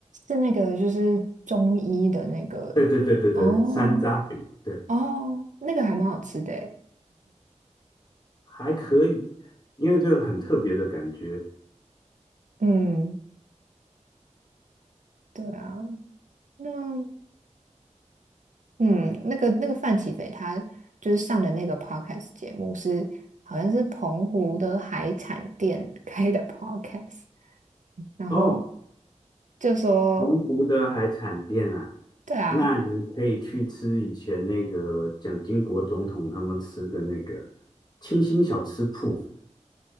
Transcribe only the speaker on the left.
对对对对对，
山楂饼，对，
还可以，因为这个很特别的感觉
哦。
澎湖的海产店啊，
那你可以去吃以前那个蒋经国总统他们吃的那个清新小吃铺，